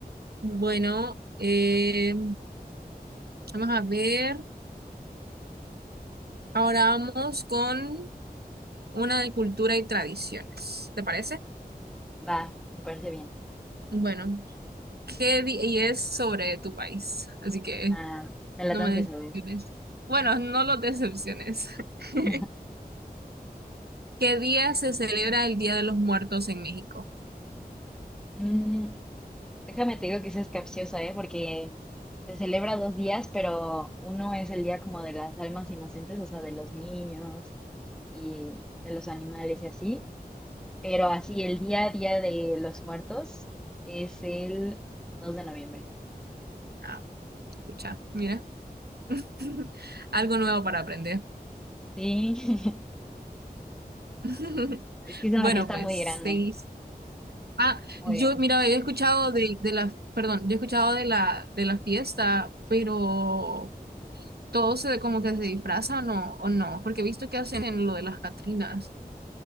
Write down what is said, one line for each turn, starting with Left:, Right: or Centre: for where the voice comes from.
Right: Bueno, eh, vamos a ver. Ahora vamos con una de cultura y tradiciones. ¿Te parece?
Centre: Va, me parece bien.
Right: Bueno. que di- y es sobre tu país, así que
Centre: Ah, me la
Right: no
Centre: tengo
Right: me
Centre: que saber.
Right: decepciones. Bueno, no los decepciones. <laughs>
Centre: <laughs>
Right: ¿Qué día se celebra el Día de los Muertos en México?
Centre: Mm, déjame te digo que esa es capciosa, ¿eh? Porque se celebra dos días, pero uno es el día como de las almas inocentes, o sea, de los niños y de los animales y así. Pero así, el día a día de los muertos es el 2 de noviembre.
Right: Ah, escucha, mira, <laughs> algo nuevo para aprender.
Centre: Sí,
Right: <laughs>
Centre: <laughs> es que es una
Right: Bueno,
Centre: fiesta
Right: pues
Centre: muy grande.
Right: seis. Ah,
Centre: Muy
Right: yo,
Centre: bien.
Right: mira, había escuchado de, de la, perdón, yo he escuchado de la, de la fiesta, pero todo se como que se disfrazan o, no, o no, porque he visto que hacen lo de las Catrinas.